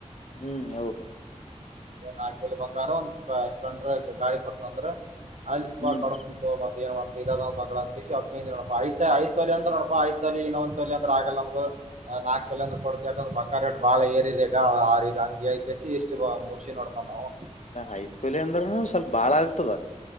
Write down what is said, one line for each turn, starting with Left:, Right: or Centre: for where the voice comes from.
Left: ಹ್ಮ್ ಹೌದು
Right: ನಾಕ್ ತೊಲಿ ಬಂಗಾರ ಒಂದ ಸ್ಲೆಂಡರ್ ಗಾಿ ಕೊಡಸ ಅಂದ್ರೆ ಅಲ್ಲಿತ್
Left: ಹ್ಮ್
Right: ಕಡಸಬು ಮ ಏನ್ ಮಾಡ್ತಿ ಇರದೊಂದ ಮಳ ಅಂತ ನೋಡಾ ಐ ಐ್ ತಲಿ ಅಂದ್ರ ನೋಪಾ ಐ್ ತೋ ಇನ್ನೊಂದ ತೊಲಿಂದ್ರ ಆಗಲ್ಲ ನಮಗ ನ ನಾಕ್ ತಲ ಅಂದ ಕೊಡ್ತ ಯಾಕಂದ್ರ ಬಂಗಾರ ರಟ್ ಬಾಳ ಏರಿದೆಗ ಆ ಹಂಗಗೆಕಸಿ ಇಷ್ಟ ಚುಾ ಮುಗಸಿ ನೋಡ್ತ ನಾವು
Left: ಎಲ್ಲ ಐತೊಲೆ ಅಂದ್ರನು ಸ್ವಲ್ಪ ಬಾಳ ಆಗ್ತದ